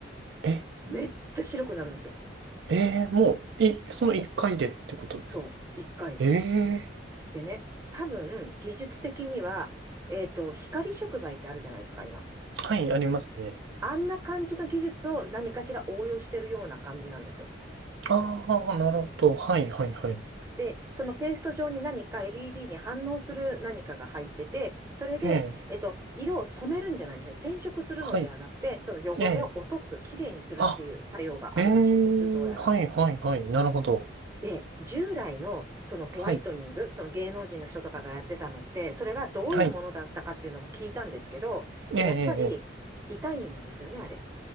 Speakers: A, on the right; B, on the right.
A: ええ
B: めっちゃ白くなるんですよ。
A: ええもう、い、その1回でってことですか
B: そう、一回で。
A: ええ
B: でね、多分、技術的には、えっと、光触媒ってあるじゃないですか、今。
A: はい、ありますね。
B: あんな感じの技術を何かしら応用してるような感じなんですよ。
A: ああ、なるほど。はい、はい、はい。
B: で、そのペースト状に何か LED に反応する何かが入ってて、それで、
A: ええ
B: えっと、色を染めるんじゃないんですね。染色するのではなくて、
A: は
B: その汚れを落とす、
A: い、ええ
B: きれいにするっていう作用があるらしいんです、
A: あ、ええはい、
B: どうやら。
A: はい、はい、なるほど。
B: で、従来のそのホワイトニング、
A: はい、
B: その芸能人の人とかがやってたのって、それがどういうものだったかっていうのも聞いたんですけど、
A: はい、ええええええ
B: やっぱり痛いんですよね、あれ。